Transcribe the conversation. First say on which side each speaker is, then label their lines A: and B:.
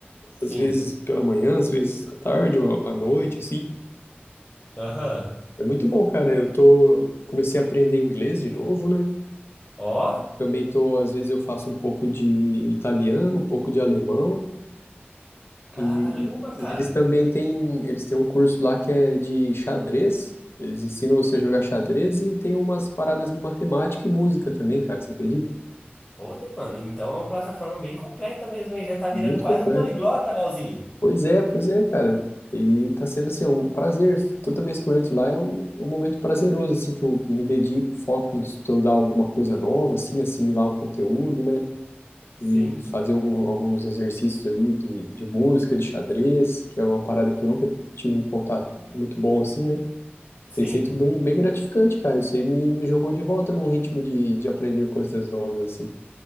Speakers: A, on the left; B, on the left.
A: Sim.
B: às vezes pela manhã, às vezes à tarde ou à à noite, assim.
A: Aham.
B: É muito bom, cara. Eu tô, comecei a aprender inglês de novo, né?
A: Ó,
B: Também tô, às vezes eu faço um pouco de italiano, um pouco de alemão.
A: caramba,
B: E,
A: cara.
B: e eles também têm, eles têm um curso lá que é de xadrez. Eles ensinam você a jogar xadrez e tem umas paradas de matemática e música também, cara. Você acredita?
A: Olha, mano, então é uma plataforma bem completa mesmo, hein? Já tá virando
B: Muito
A: quase
B: completo.
A: um poliglota, Leozinho.
B: Pois é, pois é, cara. E tá sendo assim, é um prazer. Toda vez que eu entro lá é um, um momento prazeroso, assim, que eu me dedico, foco em estudar alguma coisa nova, assim, assimilar um conteúdo, né?
A: Sim,
B: E fazer algum, alguns exercícios ali de, de música, de xadrez, que é uma parada que eu nunca tive um contato muito bom, assim, né?
A: sim.
B: Tem sido bem, bem gratificante, cara. Isso aí me, me jogou de volta num ritmo de, de aprender coisas novas, assim.